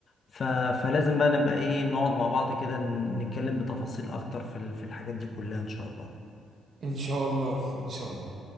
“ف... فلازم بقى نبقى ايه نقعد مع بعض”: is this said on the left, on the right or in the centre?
Left